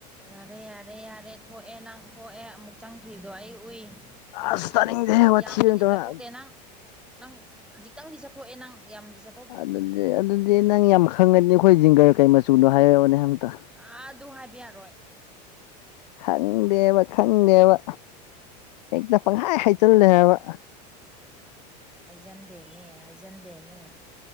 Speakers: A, in the centre; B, on the left.
A: ꯌꯥꯔꯦ ꯌꯥꯔꯦ ꯌꯥꯔꯦ ꯊꯣꯛꯑꯦ ꯅꯪ ꯊꯣꯛꯑꯦ ꯑꯃꯨꯛ ꯆꯪꯈ꯭ꯔꯤꯕꯗꯣ ꯑꯩ ꯎꯏ
B: ꯑꯁ
A: ꯍꯖꯤꯛꯇꯪ
B: ꯇꯥꯅꯤꯡꯗꯦ ꯋꯥꯊꯤ
A: ꯌꯥꯝꯅꯗꯤ
B: ꯑꯃ ꯇꯧꯔ
A: ꯆꯠꯊꯣꯛꯇꯦ ꯅꯪ ꯅꯪ ꯈꯖꯤꯛꯇꯪꯗꯤ ꯆꯠꯊꯣꯛꯑꯦ ꯅꯪ ꯌꯥꯝꯗꯤ ꯆꯠ
B: ꯑꯗꯨꯗꯤ ꯑꯗꯨꯗꯤ ꯅꯪ ꯌꯥꯝ ꯈꯪꯉꯅꯤ ꯑꯩꯈꯣꯏ ꯖꯤꯡꯒꯔ ꯀꯩ ꯃꯆꯨꯅꯣ ꯍꯥꯏꯔꯛꯑꯣꯅꯦ ꯑꯝꯇ
A: ꯑ ꯑꯗꯨ ꯍꯥꯏꯕ ꯌꯥꯔꯣꯏ
B: ꯈꯪꯗꯦꯕ ꯈꯪꯗꯦꯕ ꯍꯦꯛꯇ ꯄꯪꯈꯥꯏ ꯍꯥꯏꯖꯜꯂꯦꯕ
A: ꯎꯝ ꯍꯩꯖꯟꯗꯦꯃꯦ ꯍꯩꯖꯟꯗꯦꯃꯦ